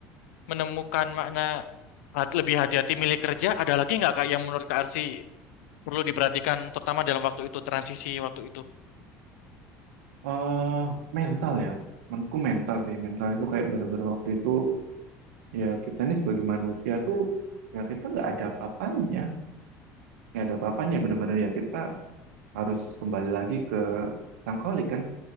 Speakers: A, on the left (about 80°); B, on the right (about 85°).
A: menemukan makna hat- lebih hati-hati milik kerja, ada lagi nggak, Kak, yang menurut Kak Arsi perlu diperhatikan, terutama dalam waktu itu, transisi waktu itu?
B: eh mental ya. Menurutku mental sih. Mental itu kayak bener-bener waktu itu, ya kita nih sebagai manusia tuh, ya kita nggak ada apa-apanya. Nggak ada apa-apanya. Bener-bener ya kita harus kembali lagi ke Sangkoli kan.